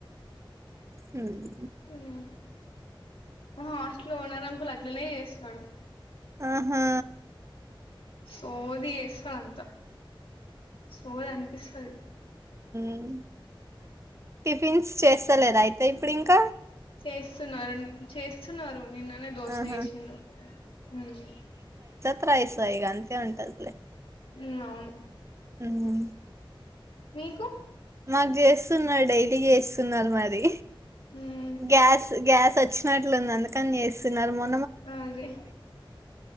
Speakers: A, on the right; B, on the left.
A: ఉమ్
B: ఉమ్ మ హాస్టల్ లో ఒనరంకులు అట్లనే చేస్తాడు
A: ఆహా
B: సోది ఎసుడు అంత ద సోది అనిపిస్తది.
A: ఉమ్ టిఫిన్స్ చేస్తలేదా అయి. ఇప్పుడు ఇంకా.
B: చేస్తున్నారు చేస్తున్నారు. నిన్ననే దోస
A: ఆహా
B: చేసిండ్రు ఉమ్.
A: త్రైస్ ఇక అంతే ఉంటదిలే.
B: ఉమ్ అవును.
A: ఉమ్.
B: మీకు.
A: మాకు చేస్తున్నారు. డైలీ చేస్తున్నారు మరి.
B: ఉమ్
A: గ్యాస్ గ్యాస్ వచ్చు వచ్చినట్లుంది అందుకని చేస్తున్నారు మొ.
B: అదే